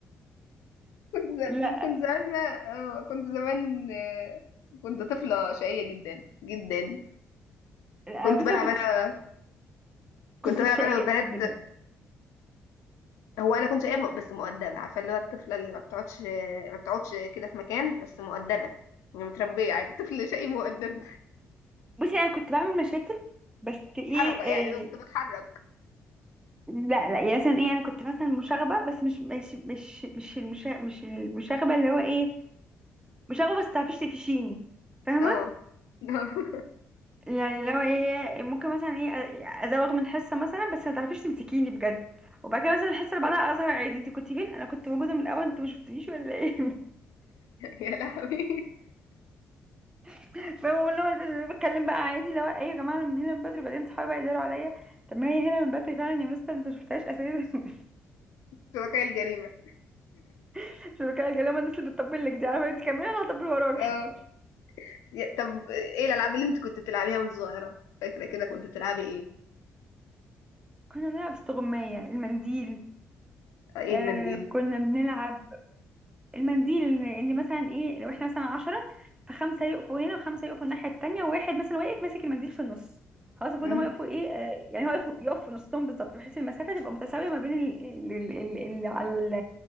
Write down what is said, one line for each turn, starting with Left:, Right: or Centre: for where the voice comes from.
Left: كنت ز-
Right: لا
Left: كنت زمان اه كنت زمان آه، كنت طفلة شقية جدا جدا
Right: أنا
Left: كنت
Right: بصي
Left: بلعب
Right: ما كنتش
Left: أنا كنت
Right: كنتش
Left: بلعب
Right: شقية
Left: أنا والبنات
Right: الحمد لله
Left: هو انا كنت شقية بس مؤدبة عارفة اللي هو الطفلة اللي ما بتقعدش ما بتقعدش كده في مكان بس مؤدبة يعني متربية عادي طفل شقي مؤدب
Right: بصي أنا كنت بعمل مشاكل بس إيه,
Left: حركة
Right: إيه
Left: يعني لو كنت بتحرك
Right: لا لا يعني مثلا إيه أنا كنت مثلا مشاغبة بس مش مش مش مش المشا مش المشاغبة اللي هو إيه مشاغبة بس تعرفيش تفشيني فاهمة
Left: اه <laughs>
Right: يعني لو ايه ممكن مثلا ايه ازوغ من حصه مثلا بس ما تعرفيش تمسكيني بجد وبعد كده مثلا الحصه اللي بعدها اظهر عادي انت كنت فين انا كنت موجوده من الاول انت ما شفتنيش ولا ايه
Left: يا لهوي
Right: <laughs> فبقول له ده- ده بتكلم بقى عادي لو ايوه يا جماعه انا من هنا من بدري بعدين صحابي بقى يداروا عليا طب ما هي هنا من بدري فعلا يا مستر انت ما شفتهاش اساسا
Left: شركاء الجريمة
Right: <laughs> شركاء الجلامه الناس اللي بتطبل لك دي عارفه انت كمان انا هطبل وراك
Left: اه
Right: <laughs>
Left: يا- طب ايه الالعاب اللي انت كنت بتلعبيها وانت صغيرة فاكرة كده كنت بتلعبي ايه
Right: كنا بنلعب استغمايه المنديل
Left: آه، ايه
Right: آه
Left: المنديل
Right: كنا بنلعب المنديل ان إن مثلا ايه لو احنا مثلا عشرة فخمسة يقفوا هنا وخمسة يقفوا الناحية التانية وواحد مثلا واقف ماسك المنديل في النص خلاص المفروض
Left: امم
Right: هما يقفوا ايه آه، يعني هو يقف يقف في نصهم بالظبط بحيث المسافة تبقى متساوية ما بين ال- ال- ال- اللي على ال-